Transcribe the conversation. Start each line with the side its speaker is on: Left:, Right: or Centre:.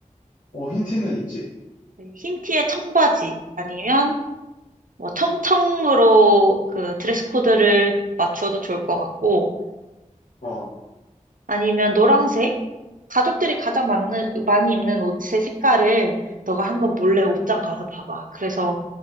Left: 어, 힌트는 있지.
Right: 네, 흰 티에 청바지 아니면 뭐 청청으로 그 드레스 코드를 맞춰도 좋을 것 같고
Left: 어,
Right: 아니면 노란색? 가족들이 가장 많은, 많이 입는 옷의 색깔을 너가 한번 몰래 옷장 가서 봐봐. 그래서